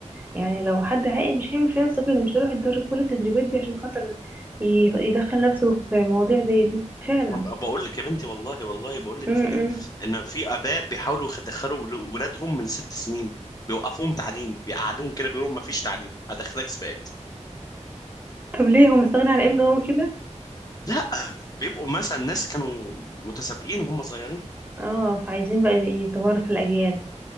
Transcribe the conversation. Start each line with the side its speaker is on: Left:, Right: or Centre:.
Right: يعني لو حد عاقل مش هيعمل في نفسه كده مش هيروح يتدرب كل التدريبات دي عشان خاطر ي- يدخل نفسه في مواضيع زي دي فعلا
Left: ما ب- بقول لك يا بنتي والله والله بقول لك
Right: م -م.
Left: في ان في اباء بيحاولوا يدخلوا ول- ولادهم من ست سنين بيوقفوهم تعليم بيقعدوهم كده بيقولوا ما فيش تعليم هدخلك سباق
Right: طب ليه هو مستغني عن ابنه قوي كده
Left: لا بيبقوا مثلا ناس كانوا متسابقين وهم صغيرين
Right: اه فعايزين بقى يتوارث الاجيال